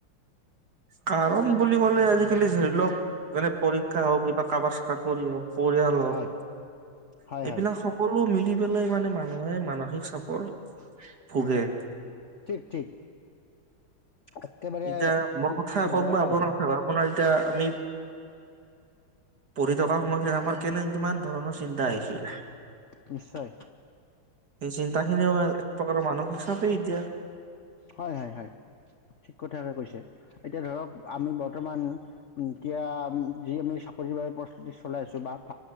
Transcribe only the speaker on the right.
কাৰণ বুলি ক'লে আজিকালি ধৰি লওক মে পৰীক্ষা হওক বািব কাৰোবাৰ চাকৰি হওক পৰিয়ালক
এইবিলাক সকলো মিলি পেলাই মানে মানুহে মানসিক চাপত ভোগে
এতিয়া মোৰ কথা
কওক বা আপোনাৰ
কথা আপোনাৰ এতিয়া আমি পঢ়ি থকা সময়খিনাত আমাৰ কেনে কিমান ধৰণৰ চিন্তা আহিছিল
এই চিন্তা খিনিও এক প্ৰকাৰৰ মানসিক <unintelligible>